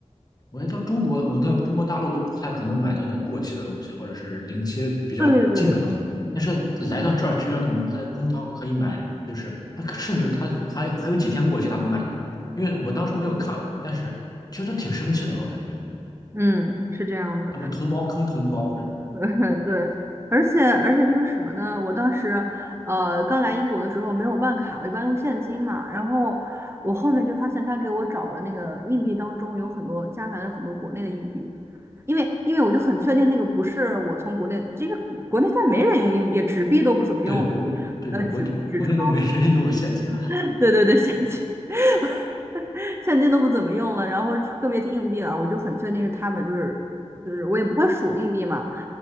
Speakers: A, on the left (about 30°); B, on the right (about 20°).
A: 我觉得到中国，我到中国大陆都不太可能买到那过期的东西，或者是临期比较近的东西。
B: 对对对对
A: 但是来到这儿，居然我们在中超可以买，就是他甚至他就还有还有几天过期，他都卖给你。因为我当时没有看，但是确实挺生气的，我感觉
B: 嗯，是这样的，
A: 他们同胞坑同胞这种。
B: <laughs> 嗯对，
A: 哎，
B: 而且而且就是什么呢？我当时，呃，刚来英国的时候没有办卡，我一般用现金嘛。然后我后面就发现他给我找的那个硬币当中有很多夹杂着很多国内的硬币，因为因为我就很确定那个不是我从国内，这个国内再没人用硬币，纸币都不怎么用了，
A: 对国对的国国内都没人用现金了，
B: 呃，纸纸钞。<laughs> 对对对，现金，<laughs> 现金都不怎么用了，然后特别提硬币了，我就很确定是他们，就是就是我也不会数硬币嘛，